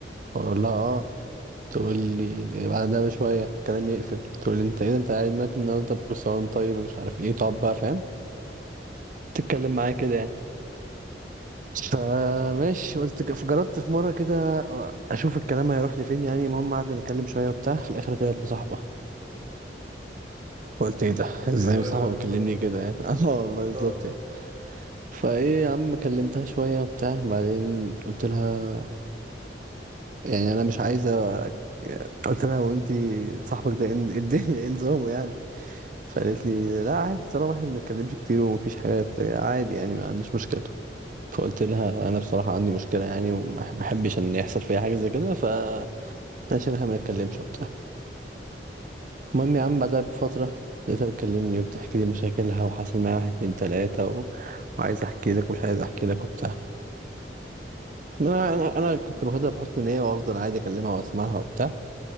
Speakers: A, on the right; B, on the right.
A: اقول لها اه تقول لي بعدها بشوية الكلام يقفل تقول لي انت ايه ده انت قاعد مالك النهاردة بكسران طيب ومش عارف ايه تقعد بقى فاهم تتكلم معايا كده يعني فماشي قلت ك- جربت في مرة كده اشوف الكلام هيروح لفين يعني المهم قعدنا نتكلم شوية وبتاع في الاخر طلعت مصاحبة قلت ايه ده
B: طب
A: ازاي
B: ايه بقى
A: مصاحبة
B: الجنون
A: مكلمني
B: ده
A: كده يعني <laughs> اه
B: بالظبط
A: والله بالظبط يعني فايه يا عم كلمتها شوية وبتاع بعدين قلت لها يعني انا مش عايزة قلت لها هو انت صاحبك ده ايه الدنيا ايه نظامه يعني فقالت لي لا عادي طالما احنا ما بنتكلمش كتير ومفيش حاجه بتاع عادي يعني ما عنديش مشكله فقلت لها انا بصراحه عندي مشكله يعني وما أح- ما احبش ان يحصل فيها حاجه زي كده فعشان احنا ما نتكلمش وبتاع المهم يا عم بعدها بفتره لقيتها بتكلمني وبتحكي لي مشاكلها وحصل معايا واحد اتنين تلاته و... وعايز احكي لك ومش عايز احكي لك وبتاع انا انا انا كنت باخدها بحسن نيه وافضل عادي اكلمها واسمعها وبتاع